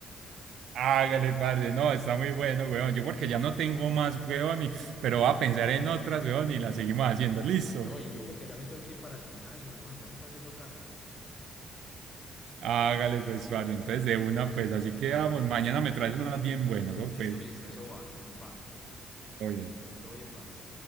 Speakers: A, on the right; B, on the left.
A: Hágale, parce. No, está muy bueno, weón. Yo porque ya no tengo más, weón, y- pero voy a pensar en otras, weón, y las seguimos haciendo. Listo.
B: No, y yo porque ya me tengo que ir para el gimnasio, huevón. Ya se está haciendo tarde.
A: Hágale, pues, parce. Entonces, de una, pues, así quedamos. Mañana me traes unas bien buenas, ¿o
B: Listo,
A: pues?
B: listo, eso va, va.
A: Oye.
B: Todo bien, parce.